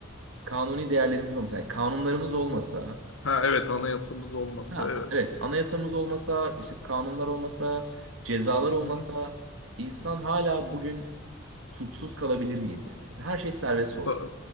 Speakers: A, on the right; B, on the left.
A: kanuni değerlerimiz olmasa, yani kanunlarımız olmasa,
B: Ha evet anayasamız olması
A: ha
B: evet.
A: evet anayasamız olmasa, işte kanunlar olmasa, cezalar
B: Hı
A: olmasa,
B: hı.
A: insan hala bugün suçsuz kalabilir miydi? Mesela her şey serbest olsa.
B: Ba-